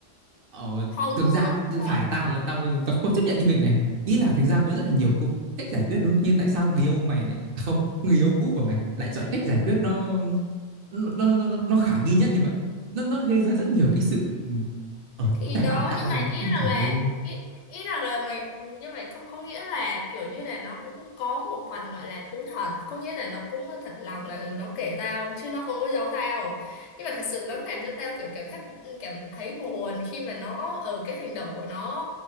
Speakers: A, on the right (about 60°); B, on the left (about 80°).
A: Ờ,
B: không
A: thực
B: đúng
A: ra
B: không Trời
A: phải tao là tao là tao không chấp nhận cái việc này. Ý là thực ra có rất là nhiều công cách giải quyết đúng không? Như tại sao người yêu mày lại à, không, người yêu cũ của mày lại chọn cách giải quyết nó nó nó nó nó, nó khả nghi nhất như vậy. Nó nó gây ra rất nhiều cái sự ừ, ờ
B: thì
A: tại
B: đó
A: phải tao
B: nhưng
A: rồi.
B: mà ý
A: Ôi,
B: rằng
A: Trời
B: là
A: ơi.
B: ý, ý rằng là mày nhưng mà không có nghĩa là kiểu như là nó cũng có một phần gọi là thú thật có nghĩa là nó cũng thật lòng là ừ nó kể tao chứ nó không có giấu tao nhưng mà thật sự nó làm cho tao kiểu cảm thấy cảm thấy buồn khi mà nó ở cái hành động của nó